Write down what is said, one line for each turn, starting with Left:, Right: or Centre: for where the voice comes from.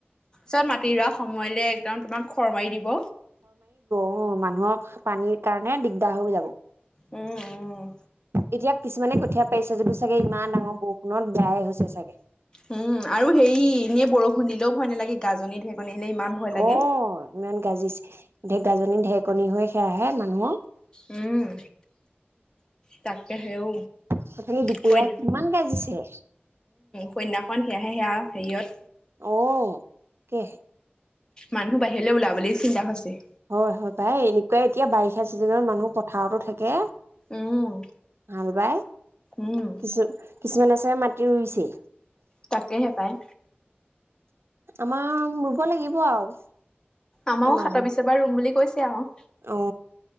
Left: চান মাতিৰাস। সময়লৈ। তেওঁ তোমাক খৰ মাৰি দিব।
Right: উ, মানুহক পানীৰ কাৰণে দিগদাৰ হৈ যাব।
Left: উম উম।
Right: এতিয়া কিছুমানে কঠীয়া পাৰিছে, যদিও চাগে ইমান ডাঙৰ বৰষুণত বেয়াই হৈছে চাগে।
Left: উম আৰু হেৰি এনে বৰষুণ দিলেও ভয় নালাগে গাজনি ঢেকনি। আহিলে ইমান ভয় লাগে।
Right: অহ ইমান গাজিছে। ঢেগাজনী ঢেৰকনী হৈ সেয়াহে মানুহৰ।
Left: উম তাক। দে হেও।
Right: তথাপি দুপৰীয়া
Left: সইন
Right: কিমান গাজিছে।
Left: কইন্যাখন সেয়া হেয়া। হেৰিয়ত।
Right: অঁ কি
Left: মানুহ বাহিৰলৈ ওলাবলৈ চিন্তা হৈছে।
Right: হয় হয় পাই এনেকুৱাই এতিয়া বাৰিষা চিজনত মানুহ পথাৰতো থাকে।
Left: উম।
Right: ভাল বাই
Left: উম,
Right: কিছু কিছুমানে চাগে মাটি ৰুইছেই।
Left: তাকেহে পায়।
Right: আমাৰ ৰুব লাগিব আৰু।
Left: আমাৰও
Right: এমাহ
Left: সাত
Right: মান
Left: বিছ এবাৰ ৰুম বুলি কৈছে। তেওঁ।
Right: অ